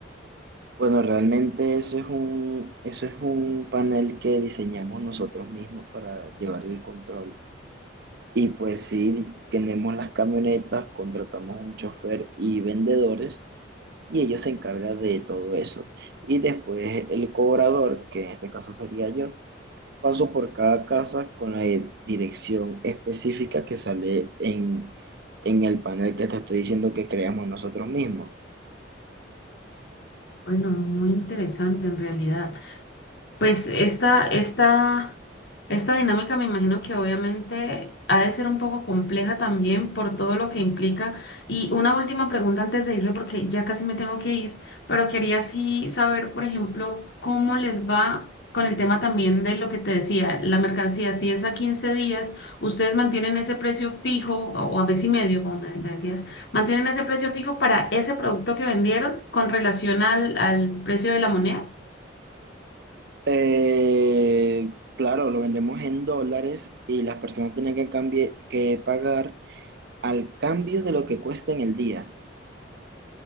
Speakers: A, on the right; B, on the left.
A: Bueno, realmente eso es un, eso es un panel que diseñamos nosotros mismos para llevar el control. Y pues sí, tenemos las camionetas, contratamos un chofer y vendedores y ellos se encargan de todo eso. Y después el cobrador, que en este caso sería yo, paso por cada casa con la di- dirección específica que sale en, en el panel que te estoy diciendo que creamos nosotros mismos.
B: Bueno, muy interesante en realidad. Pues esta, esta, esta dinámica me imagino que obviamente ha de ser un poco compleja también por todo lo que implica. Y una última pregunta antes de irme, porque ya casi me tengo que ir, pero quería sí saber, por ejemplo, cómo les va con el tema también de lo que te decía, la mercancía. Si es a 15 días, ustedes mantienen ese precio fijo, o, o a mes y medio, como me, me decías, mantienen ese precio fijo para ese producto que vendieron con relación al, al precio de la moneda.
A: Eh, claro, lo vendemos en dólares y las personas tienen que, cambie- que pagar al cambio de lo que cuesta en el día.